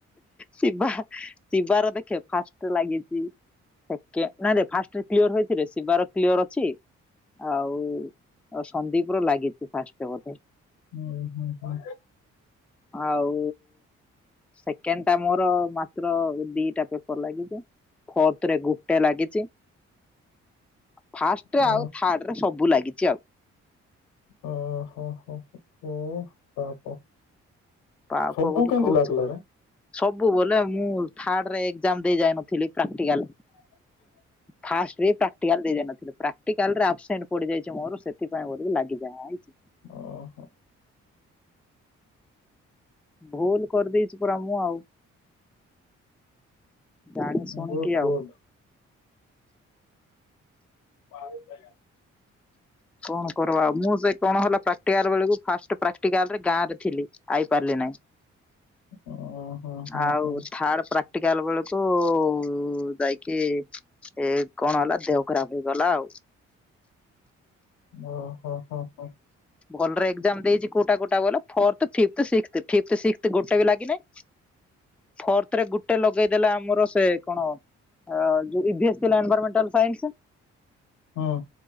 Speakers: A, in the centre; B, on the left (about 85°).
A: ଶିବା ଶିବାର ଦେଖେ ଫାଷ୍ଟ୍ ଲାଗିଛି। ସେକେ ନାଇଁରେ ଫାଷ୍ଟ୍ କ୍ଲିୟର ହେଇଚିରେ ଶିବାର କ୍ଲିୟର ଅଛି। ଆଉ ଆଉ ସନ୍ଦୀପ ର ଲାଗିଛି ଫାଷ୍ଟ୍ ଟା ବୋଧେ।
B: ହୁଁ ହୁଁ।
A: ଆଉ ସେକେଣ୍ଡ ଟା ମୋର ମାତ୍ର ଦିଟା ପେପର ଲାଗିଚି। ଫୋର୍ଥ ରେ ଗୋଟେ ଲାଗିଛି। ଫାଷ୍ଟ୍
B: ଅ
A: ଆଉ ଥାର୍ଡ଼ ରେ ସବୁ ଲାଗିଛି ଆଉ।
B: ଓ ହୋ ହୋ <unintelligible>
A: ପାପ
B: ସବୁ
A: ବୋଲି
B: କେମିତି
A: କହୁଛୁ
B: ଲାଗିଲା ରେ?
A: ସବୁ ବୋଲେ ମୁଁ ଥାର୍ଡ଼ ରେ ଏକ୍ଜାମ୍ ଦେଇଯାଇନଥିଲି ପ୍ରାକ୍ଟିକାଲ୍।
B: ହ।
A: ଫାଷ୍ଟ୍ ରେ ପ୍ରାକ୍ଟିକାଲ୍ ଦେଇଯାଇନଥିଲି ପ୍ରାକ୍ଟିକାଲ୍ ରେ ଆବସେଣ୍ଟ୍ ପଡ଼ିଯାଇଛି ମୋର ସେଥିପାଇଁ ବୋଧେ ଲାଗିଯାଇଛି।
B: ଓହୋ
A: ଭୁଲ୍ କରିଦେଇଛି ପରା ମୁଁ ଆଉ। ଜାଣି ଶୁଣିକି
B: ଗୁଡ ଗୁଡ
A: ଆଉ।
B: <unintelligible>
A: କଣ କରବା ଆଉ ମୁଁ ସେ କଣ ହେଲା ପ୍ରାକ୍ଟିକାଲ୍ ବେଳକୁ ଫାଷ୍ଟ୍ ପ୍ରାକ୍ଟିକାଲ୍ ରେ ଗାଁ ରେ ଥିଲି। ଆଇପାରିଲି ନାଇଁ।
B: ଓ ହୋ ହୋ
A: ଆଉ
B: ହୋ
A: ଥାଡ ପ୍ରାକ୍ଟିକାଲ ଟିକି ହେଲା ବେଳକୁ ଯାଇକି ଏ କଣ ହେଲା ଦେହ ଖରାପ ହେଇଗଲା ଆଉ।
B: ଓହୋ ହୋ ହୋ।
A: ଭଲରେ ଏଜାମ ଦେଇଛି କୋଉଟା କୋଟା କହିଲ ଫିପଥ ସିକ୍ସଥ ଗୋଟେ ବି ଲାଗି ନାହିଁ।
B: ହ।
A: ଫର୍ଥ ରେ ଗୋଟେ ଲଗେଇଦେଲା ଆମର ସେ କଣ ଉ ଇଏସ୍ ଥିଲା ଏନଭରମେଣ୍ଟାଲ ସାଇନ୍ସ।
B: ହଁ।